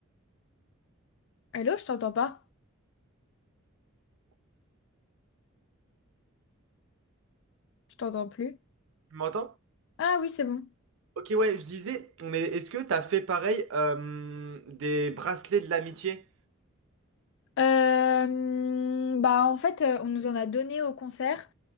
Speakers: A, on the left (about 60°); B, on the right (about 65°).
A: Hello, je t'entends pas. Je t'entends plus.
B: tu m'entends?
A: Ah oui, c'est bon.
B: Ok, ouais, je disais, mais est-ce que t'as fait pareil euh, des bracelets de l'amitié?
A: Euh, bah en fait, euh, on nous en a donné au concert.